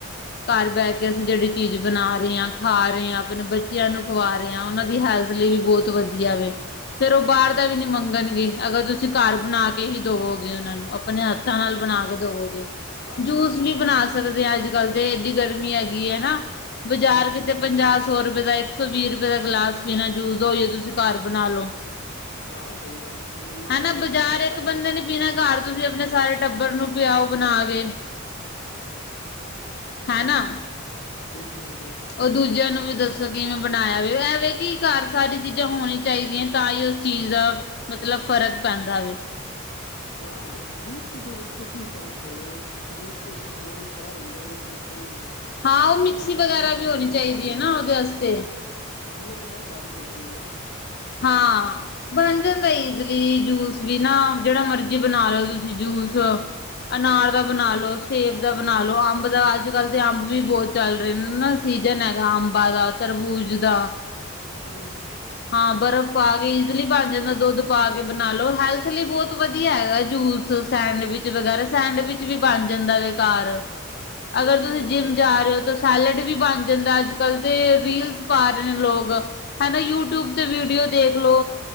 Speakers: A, on the left; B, on the left.
A: ਕਰ ਬੈਠ ਕੇ ਅਸੀਂ ਜੇੜੀ ਚੀਜ਼ ਬਨਾ ਰੇ ਆ, ਖਾ ਰੇ ਆ, ਅਪਣੇ ਬੱਚੇਆਂ ਨੂੰ ਖੁਵਾ ਰੇ ਆ, ਓਨਾਂ ਦੀ ਹੈਲਥ ਲੀ ਵੀ ਬੋਤ ਵਧੀਆ ਵੇ। ਫੇਰ ਓ ਬਾਰ
B: ਬਿਲਕੁਲ
A: ਦਾ
B: ਜੀ
A: ਵੀ ਨੀ ਮੰਗਣਗੇ ਅਗਰ ਤੁਸੀਂ ਕਾਰ ਬਣਾ ਕੇ ਹੀ ਦੋਵੋਗੇ ਓਨਾਂ ਨੂੰ। ਅਪਨੇ ਹੱਥਾਂ
B: ਹਾਂ
A: ਨਾਲ
B: ਵੀ
A: ਬਣਾ ਕੇ ਦੋਵੋਗੇ,
B: ਘਰ
A: ਜੂਸ
B: ਤੇ ਵੇਖੋ
A: ਵੀ
B: ਹਰ ਚੀਜ਼
A: ਬਣਾ
B: ਬਣ
A: ਸਕਦੇ
B: ਜਾਂਦੀ
A: ਆ
B: ਹੈ
A: ਅੱਜ-ਕੱਲ।
B: ਜੀ
A: ਤੇ ਏਡੀ ਗਰਮੀ ਹੈਗੀ ਏ ਨਾ, ਬਜ਼ਾਰ
B: ਬਿਲਕੁਲ
A: ਕਿਤੇ
B: ਜੀ ਬਿਲਕੁਲ
A: ਪੰਜਾ- ਸੌ ਰੁਪਏ ਦਾ, ਏਕ ਸੌ ਵੀ ਰੁਪਏ ਦਾ ਗਲਾਸ ਪੀਣਾ ਜੂਸ ਦ ਓਈਯੋ ਤੁਸੀਂ ਕਾਰ ਬਣਾ ਲੋ।
B: ਹਾਂ ਸਹੀ ਗੱਲ ਏ ਨਨਾ
A: ਹਨਾ
B: ਬੰਦਾ
A: ਬਾਜ਼ਾਰ
B: ਫਰੂਟ ਲਿਆ
A: ਇੱਕ
B: ਕੇ
A: ਬੰਦੇ ਨੇ ਪੀਣਾ ਕਾਰ ਤੁਸੀਂ ਆਪਣੇ ਸਾਰੇ ਟੱਬਰ ਨੂੰ ਪਿਆਓ ਬਣਾ ਕੇ।
B: ਓ ਤੇ ਐ ਈ ਏ।
A: ਹੈਨਾ-
B: ਬਿਲਕੁੱਲ ਜੀ ਬਿਲਕੁੱਲ।
A: ਉਹ ਦੂਜਿਆਂ ਨੂੰ ਵੀ ਦੱਸੋ ਕਿਵੇਂ ਬਣਾਇਆ ਵੇ ਐ ਵੇਂ ਕਿ ਘਰ ਸਾਰੀ ਚੀਜ਼ਾਂ ਹੋਣੀ ਚਾਹੀਦੀਆਂ। ਤਾਂ ਈ ਉਸ ਚੀਜ਼ ਦਾ ਮਤਲਬ ਫ਼ਰਕ ਪੈਂਦਾ ਵੇ
B: ਹਾਂ ਓ ਜੂਸ ਦਾ ਵੇਖੋ ਕੀ ਫਰਕ ਪੈਣਾ ਜੂਸ ਤੇ ਜੈਵੇਂ ਬਾਰ ਹੁੰਦਾ ਉਵੇਂ ਕਾਰ ਦਾ ਈ ਹੁੰਦਾ।
A: ਹਾਂ ਉਹ
B: ਬਸ
A: ਮਿਕਸੀ
B: ਐ ਹੁੰਦਾ
A: ਵਗੈਰਾ
B: ਥੋੜਾ ਡਰਾਈ
A: ਵੀ ਹੋਣੀ
B: ਫਰੂਟ
A: ਚਾਹੀਦੀ
B: ਪਾ ਦਿੰਦੇ
A: ਹੈ ਨਾ
B: ਨੇ
A: ਉਹਦੇ
B: ਓ
A: ਵਾਸਤੇ
B: ਜੀਭ ਤੇ ਹਰ ਕਾਰ ਚ ਹੁੰਦੀ ਏ ਨਾ
A: ਹਾਂ। ਬਣ ਜਾਂਦਾ ਇਜਲੀ ਜੂਸ ਵੀ ਨਾ ਜੇੜਾ ਮਰਜੀ ਬਣਾ ਲੋ ਤੁਸੀਂ ਜੂਸ ਅਨਾਰ ਦਾ ਬਣਾ ਲੋ, ਸੇਬ ਦਾ ਬਣਾ ਲੋ, ਅੰਬ ਦਾ ਅੱਜ-ਕੱਲ ਤੇ ਅੰਬ ਵੀ ਬੋਤ ਚੱਲ ਰੇ ਨੇ ਨਾ ਸੀਜਨ ਹੈਗਾ ਅੰਬਾ ਦਾ, ਤਰਬੂਜ ਦਾ
B: ਬਿਲਕੁੱਲ-
A: ਹਾਂ ਬਰਫ਼ ਪਾ ਕੇ ਈਜ਼ਲੀ ਬਣ ਜਾਂਦਾ ਦੁੱਧ ਪਾ ਕੇ ਬਣਾ ਲੋ ਹੈਲੱਥ ਲਈ ਬੋਹਤ ਵਧੀਆ ਹੈਗਾ। ਜੂਸ
B: ਉਹ
A: ਸੈਂਡਵਿਚ
B: ਤੇ ਬਿਲਕੁਲ ਜੀ
A: ਵਗੈਰਾ
B: ਸਹੀ ਗੱਲ
A: ਸੈਂਡਵਿਚ
B: ਹੈਗੀ ਹੈ
A: ਵੀ ਬਣ ਜਾਂਦਾ ਵੇ ਕਾਰ ਅਗਰ
B: ਕੁਛ ਵੀ
A: ਤੁਸੀਂ
B: ਬਣਾ
A: ਜਿੰਮ
B: ਸਕਦੇ
A: ਜਾ
B: ਹਾਂ ਜੀ
A: ਰੇ ਓ ਸੈਲਡ ਵੀ ਬਣ ਜਾਂਦਾ ਅੱਜ-ਕੱਲ੍ਹ ਤੇ ਰੀਲਸ ਪਾ ਰੇ ਨੇ ਲੋਕ ਹੈਨਾ ਯੂ ਟਊਬ ਤੇ ਵੀਡੀਓ ਦੇਖ ਲੋ